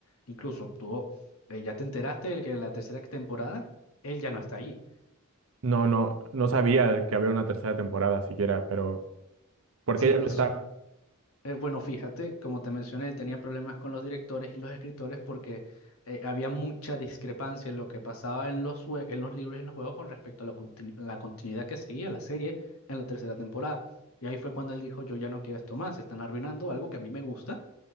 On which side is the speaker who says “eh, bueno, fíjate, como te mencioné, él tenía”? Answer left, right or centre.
Left